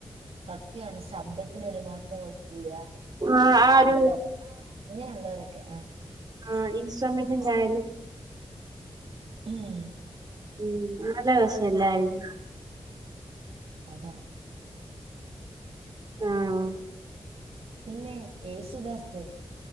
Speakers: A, on the right; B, on the right.
A: സത്യ ആണ് ശബ്ദത്തിന് ഒരു മാറ്റം വന്നിട്ടില്ല
B: ആ ആ ഒരു
A: എന്താ പറയണെ ഇങ്ങനെയുള്ളവരൊക്കെ ആഹ്
B: ആഹ് ഇൻസ്ട്രമെൻ്റിൻ വയലിൻ
A: ഉം
B: ഉം നല്ല രസല്ലായിരുന്നു
A: അതാ
B: ആഹ്
A: പിന്നെ യേശുദാസ്